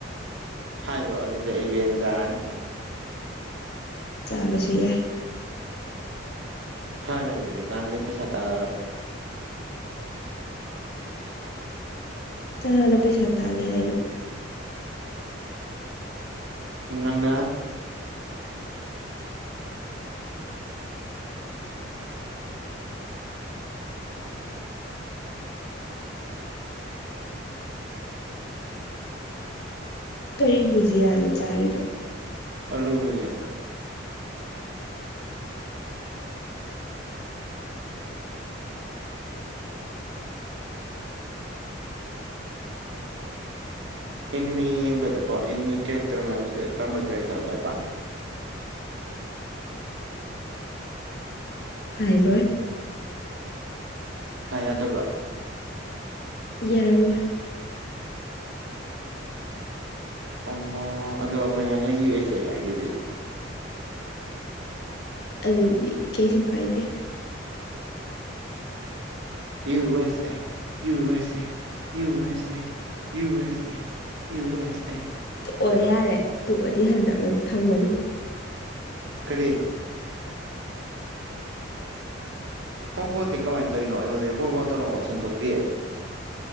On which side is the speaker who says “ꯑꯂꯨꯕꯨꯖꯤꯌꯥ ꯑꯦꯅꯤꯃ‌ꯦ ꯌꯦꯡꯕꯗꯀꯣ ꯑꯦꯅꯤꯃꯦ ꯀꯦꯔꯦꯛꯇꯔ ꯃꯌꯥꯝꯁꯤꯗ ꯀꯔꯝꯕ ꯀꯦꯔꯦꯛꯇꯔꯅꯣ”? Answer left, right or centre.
Right